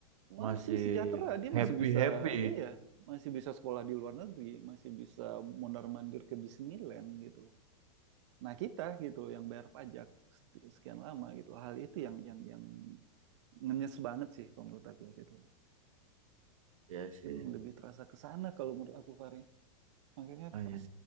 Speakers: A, on the right; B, on the right.
A: masih
B: masih
A: sejahtera dia
B: happy
A: masih bisa
B: happy.
A: iya masih bisa sekolah di luar negeri masih bisa mondar-mandir ke Disneyland gitu loh nah kita gitu loh yang bayar pajak sek- sekian lama gitu hal itu yang yang yang ngenyes banget sih kalau menurut aku gitu
B: Iya sih.
A: mungkin lebih terasa ke sana kalau menurut aku Fari makanya
B: Ah, iya.
A: pas